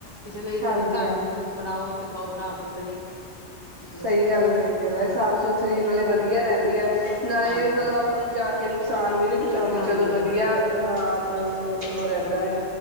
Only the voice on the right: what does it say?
ਹਾਂਜੀ
ਹਾਂ
ਸਹੀ ਗੱਲ ਆ, ਸਹੀ ਗੱਲ ਆ, ਇਹ ਸਾਫ਼ ਸੁਥਰੀ ਨਾਲੇ ਵਧੀਆ ਰਹਿੰਦੇ ਵੀ ਆ ਨਾਲੇ
ਮਤਲਬ ਆਪਾਂ ਨੂੰ ਜਾ ਕੇਨੂੰ ਅਸਾਨ ਵੀ ਨੀ ਚਾਹੁੰਦੀ
ਚਲੋ ਵਧੀਆ
ਹਾਂ ਨੂੰ ਉਹ ਰਹਿੰਦਾ ਆ।